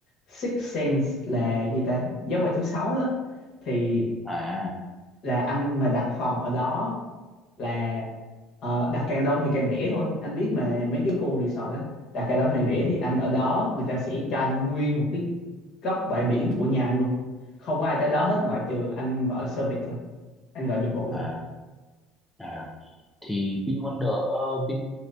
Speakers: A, on the left; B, in the centre.
A: Six Sense là gì ta giác quan thứ sáu đó thì
B: à
A: là anh mà đặt phòng ở đó là ờ, đặt càng đông thì càng rẻ thôi anh biết mà mấy cái khu resort á đặt càng đông càng rẻ thì anh ở đó người ta sẽ cho anh nguyên một cái góc bãi biển của nhà anh luôn không có ai tới đó hết ngoại trừ anh gọi service thôi anh gọi dịch vụ
B: à
A: thôi
B: à thì VinWonder ờ, Vin